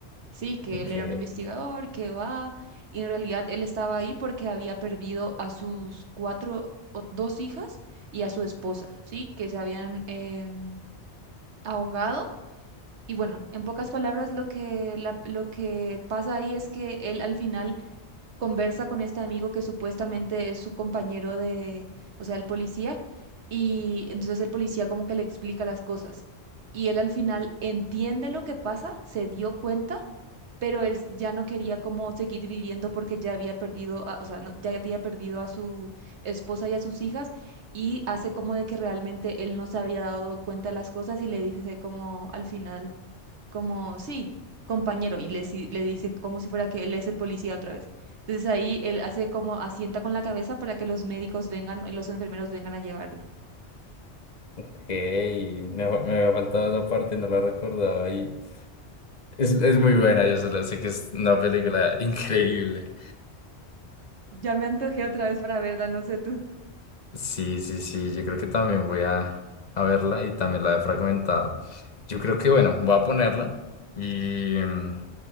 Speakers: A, on the right; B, on the left.
A: Sí, que
B: ok,
A: él era un investigador, que va, y en realidad él estaba ahí porque había perdido a sus cuatro o dos hijas y a su esposa, sí, que se habían em, ahogado. Y bueno, en pocas palabras, lo que, la- lo que pasa ahí es que él al final conversa con este amigo que supuestamente es su compañero de, o sea, el policía, y entonces el policía como que le explica las cosas. Y él al final entiende lo que pasa, se dio cuenta, pero él ya no quería como seguir viviendo porque ya había perdido, a- o sea, no- ya había perdido a su esposa y a sus hijas y hace como de que realmente él no se había dado cuenta de las cosas y le dice como al final como, sí, compañero, y le, si- le dice como si fuera que él es el policía otra vez. Entonces ahí él hace como asienta con la cabeza para que los médicos vengan, eh, los enfermeros vengan a llevarla.
B: ok. Me, fa- me había faltado esa parte, no la recordaba y es, es muy buena, yo solo sé que es una película increíble.
A: Ya me antojé otra vez para verla, no sé tú.
B: Sí, sí, sí, yo creo que también voy a, a verla y también la he fragmentado. Yo creo que, bueno, voy a ponerla y mm,